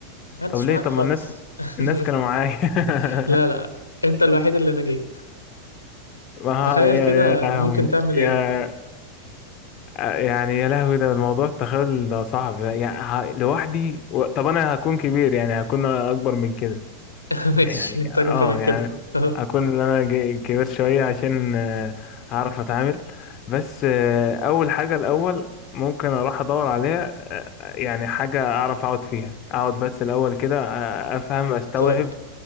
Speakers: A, on the left; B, on the left.
A: محدش
B: طب ليه
A: معاك
B: طب
A: خالص
B: ما الناس
A: <laughs>
B: الناس كانوا معايا
A: لا
B: <laughs>
A: لا انت الوحيد اللي نجيت
B: ما
A: تخيل
B: ها- يا
A: كده
B: يا لهوي
A: ممكن تعمل
B: يا
A: ايه
B: يعني يا لهوي ده الموضوع التخيل ده صعب يعني ه- لوحدي و... طب انا هكون كبير يعني هكون اكبر من كده
A: <laughs> ماشي
B: يعني
A: انت اكبر
B: اه
A: من
B: يعني
A: كده اهو
B: اكون ان انا جي- كبير شويه عشان آه، اعرف اتعامل بس آه، اول حاجه الاول ممكن اروح ادور عليها آه، يعني حاجه اعرف اقعد فيها اقعد بس الاول كده آه، افهم استوعب
A: طيب